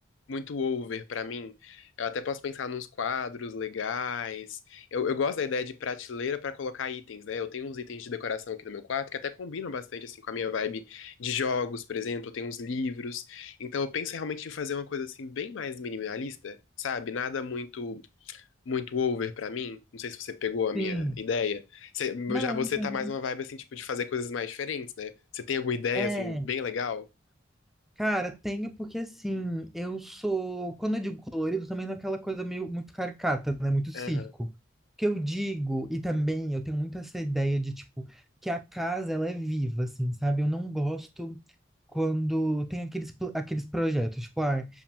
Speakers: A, on the left; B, in the centre.
A: muito over pra mim. Eu até posso pensar nos quadros legais. Eu, eu gosto da ideia de prateleira pra colocar itens, né? Eu tenho uns itens de decoração aqui no meu quarto que até combinam bastante, assim, com a minha vibe de jogos, por exemplo. Eu tenho uns livros. Então, eu penso realmente em fazer uma coisa, assim, bem mais minimalista, sabe? Nada muito muito over pra mim. Não sei se você pegou a minha
B: Sim.
A: ideia. Você-
B: Não,
A: já você
B: não tem.
A: tá mais uma vibe assim, tipo, de fazer coisas mais diferentes, né? Você tem alguma ideia
B: É,
A: assim bem legal?
B: cara, tenho porque assim, eu sou, quando eu digo colorido, também não é aquela coisa meio muito caricata, né? Muito circo.
A: Aham,
B: O que eu digo, e também eu tenho muito essa ideia de tipo que a casa ela é viva, assim, sabe? Eu não gosto quando tem aqueles pl- aqueles projetos, tipo, ah,